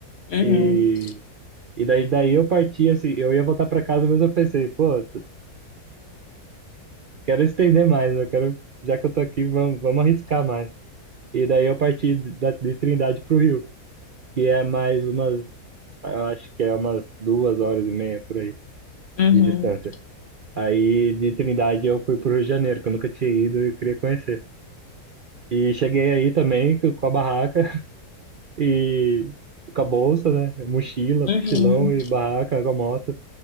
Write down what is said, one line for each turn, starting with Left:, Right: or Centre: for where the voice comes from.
Left: Uhum.
Right: e, e daí, daí eu parti, assim, eu ia voltar para casa, mas eu pensei, pô. quero estender mais, eu quero, já que eu tô aqui, vamos, vamos arriscar mais. E daí eu parti de, da- de Trindade pro Rio, que é mais umas, eu acho que é umas duas horas e meia por aí
Left: Uhum.
Right: de distância. Aí de Trindade eu fui pro Rio de Janeiro, que eu nunca tinha ido e eu queria conhecer. E cheguei aí também co- com a barraca <laughs> e, e com a bolsa, né? Mochila,
Left: Uhum.
Right: mochilão e barraca com a moto.